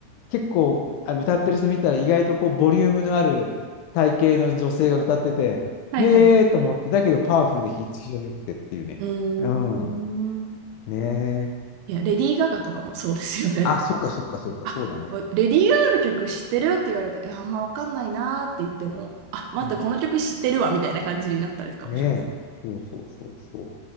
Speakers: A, on the left; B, on the right.
A: 結構、あ歌ってる人見たら、意外とこう、ボリュームのある体型の女性が歌ってて、
B: はいはい。
A: へーと思って、だけどパワフルで非非常に良くてっていうね。
B: うーん。
A: うん。ねえ。
B: いや、レディー・ガガとかもそうですよね。
A: あ、そっかそっかそっか、
B: <laughs> あ、
A: そうだね。
B: わレディー・ガガの曲知ってるって言われて、いや、あんまわかんないなーって言っても、あ、待って、
A: うん、
B: この曲知ってるわ、みたいな感じになったりとかもします。
A: ねえ。そうそうそうそ